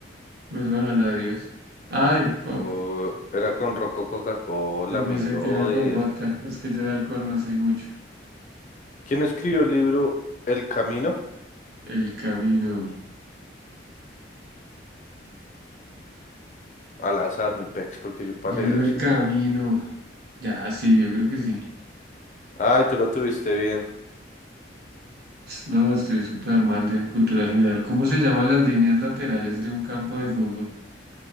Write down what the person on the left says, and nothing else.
Uh, era con Ronco Coca-Cola,
mi brother.
¿Quién escribió el libro El Camino?
Al azar, mi pex, porque yo para
leer,
sí,
malo.
Ay, tú lo tuviste bien.